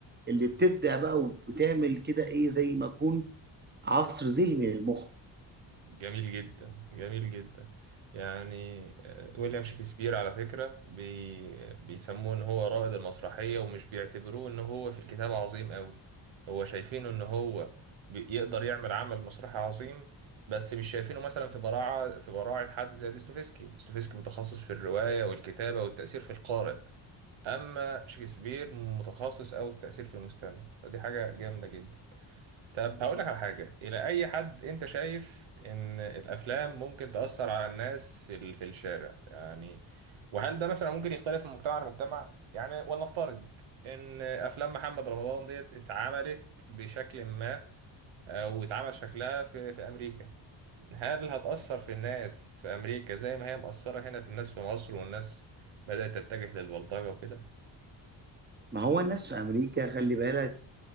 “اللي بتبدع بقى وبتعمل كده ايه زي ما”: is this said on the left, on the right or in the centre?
Right